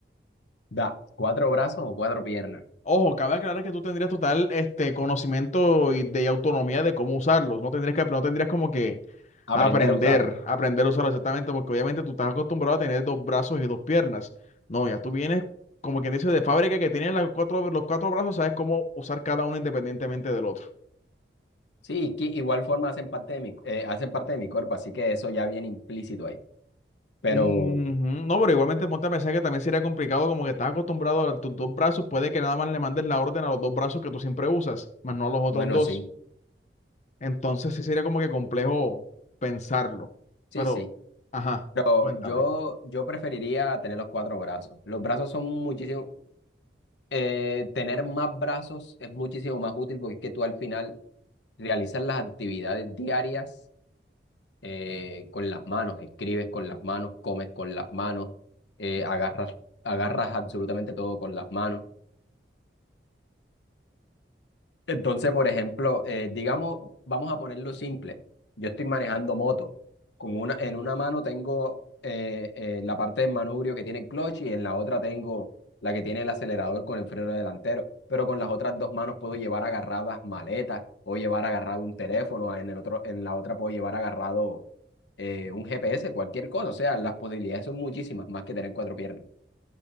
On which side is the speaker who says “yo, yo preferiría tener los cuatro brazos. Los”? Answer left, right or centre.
Left